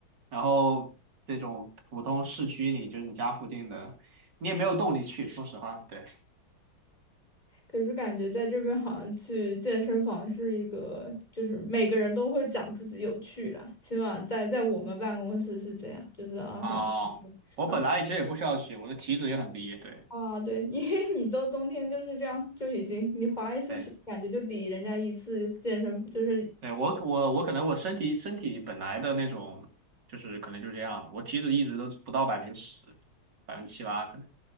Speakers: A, on the right; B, on the left.
A: 然后这种普通市区里，就是你家附近的，你也没有动力去。说实话，对
B: 可是感觉在这边好像去健身房是一个，就是每个人都会讲自己有趣啦，起码在在我们办公室是这样，就是啊很
A: 啊，我本来以前也不需要去，
B: 啊
A: 我的体脂也很低，对。
B: 啊对，<laughs> 因为你到冬天就是这样，就已经你滑一次雪，
A: 对。
B: 感觉就抵人家一次健身，就是。
A: 对，我我我可能我身体身体本来的那种就是可能就这样的，我体脂一直都不到百分之十，百分之七八可能。